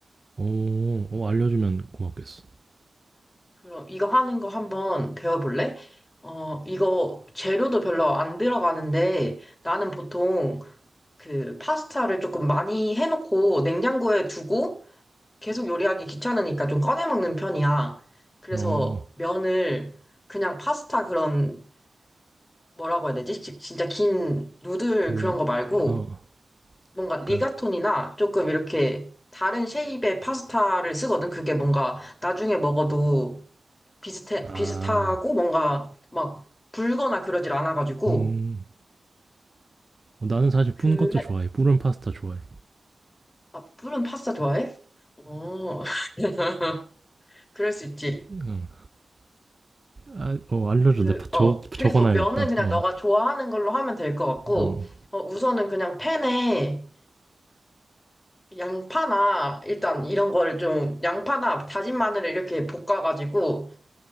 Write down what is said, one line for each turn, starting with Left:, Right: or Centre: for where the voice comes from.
Right: 어, 어, 알려주면 고맙겠어.
Left: 그럼 이거 하는 거 한번 배워볼래? 어, 이거 재료도 별로 안 들어가는데 나는 보통 그 파스타를 조금 많이 해놓고 냉장고에 두고 계속 요리하기 귀찮으니까 좀 꺼내 먹는 편이야. 그래서
Right: 어,
Left: 면을 그냥 파스타 그런 뭐라고 해야 되지? 지- 진짜 긴 누들
Right: 그,
Left: 그런 거 말고
Right: 어,
Left: 뭔가 리가톤이나
Right: 그니까,
Left: 조금 이렇게 다른 쉐입의 파스타를 쓰거든. 그게 뭔가 나중에 먹어도 비슷해,
Right: 아,
Left: 비슷하고 뭔가 막 불거나 그러질 않아가지고.
Right: 음, 어, 나는 사실
Left: 그래,
Right: 뿐 것도 좋아해. 뿌른 파스타 좋아해.
Left: 아, 불은 파스타 좋아해? 어, <laughs> 그럴 수 있지.
Right: 응. 아, 어, 알려줘.
Left: 그,
Right: 내가 적,
Left: 어. 그래서
Right: 적어놔야겠다.
Left: 면은 그냥
Right: 어.
Left: 너가 좋아하는 걸로 하면 될 것 같고,
Right: 음,
Left: 어, 우선은 그냥 팬에 양파나 일단 이런 거를 좀 양파나 다진 마늘을 이렇게 볶아가지고